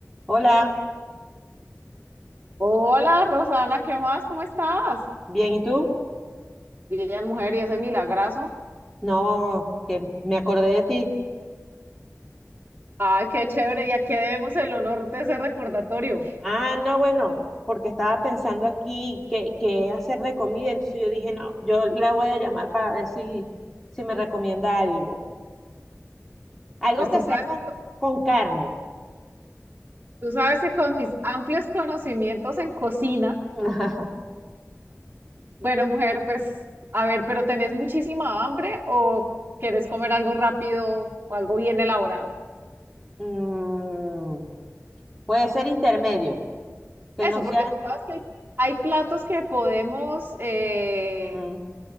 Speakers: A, in the centre; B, on the right.
A: Hola,
B: Hola, Rosana, ¿qué más? ¿Cómo estás?
A: bien, ¿y tú?
B: Bien, mujer, y ese milagrazo.
A: No, que me acordé de ti.
B: Ay, qué chévere, ya que debemos el honor de ese recordatorio.
A: Ah, no, bueno, porque estaba pensando aquí qué, qué hacer de comida, entonces yo dije, no, yo le voy a llamar para ver si, si me recomienda algo. Algo
B: Pues
A: que
B: tú sabes,
A: sea con,
B: que co-
A: con carne.
B: tú sabes que con mis amplios conocimientos en cocina,
A: <laughs>
B: bueno, mujer, pues a ver, pero ¿tenés muchísima hambre o querés comer algo rápido o algo bien elaborado?
A: Mm, puede ser intermedio, que
B: Eso,
A: no sea...
B: porque tú sabes que hay, hay platos que podemos eh,
A: Ujú,